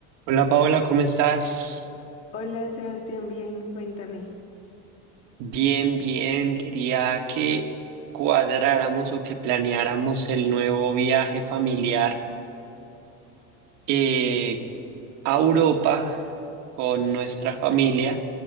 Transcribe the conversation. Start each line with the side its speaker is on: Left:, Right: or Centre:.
Right: Hola Paola, ¿cómo estás?
Left: Hola Sebastián, bien, cuéntame.
Right: Bien, bien. Quería que cuadráramos o que planeáramos el nuevo viaje familiar eh, a Europa con nuestra familia.